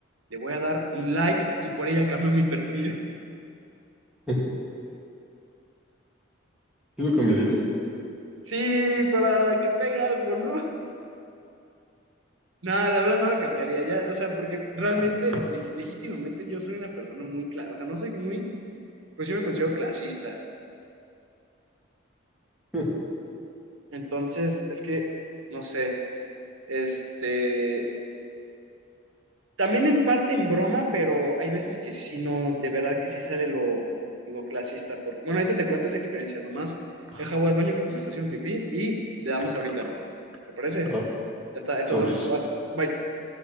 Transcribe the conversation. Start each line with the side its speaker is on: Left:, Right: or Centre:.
Right: Le voy a dar un like y por ella cambio mi perfil. <laughs>
Centre: <laughs> ¿Sí lo cambiaría?
Right: Sí, para que pegue algo, ¿no? Nada, la verdad no lo cambiaría ya, o sea, porque realmente, leg- legítimamente yo soy una persona muy clara, o sea, no soy muy, pues yo me considero clasista.
Centre: <laughs>
Right: Entonces, es que, no sé, este, también en parte en broma, pero hay veces que sí, no, de verdad que sí sale lo, lo clasista. Porque, bueno, ahorita te cuento esa experiencia, nomás deja voy al baño porque me está haciendo pipí y le damos ahorita. ¿Te parece?
Centre: Va,
Right: Ya está, esto
Centre: sobres.
Right: nos vemos, chaval. Bye.